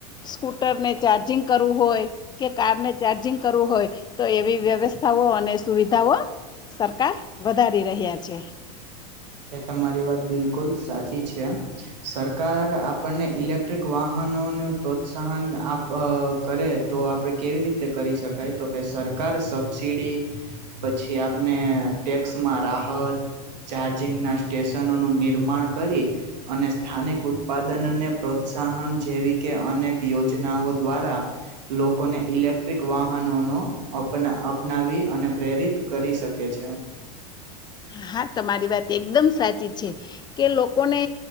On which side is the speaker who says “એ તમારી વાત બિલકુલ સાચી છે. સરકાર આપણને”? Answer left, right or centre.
Right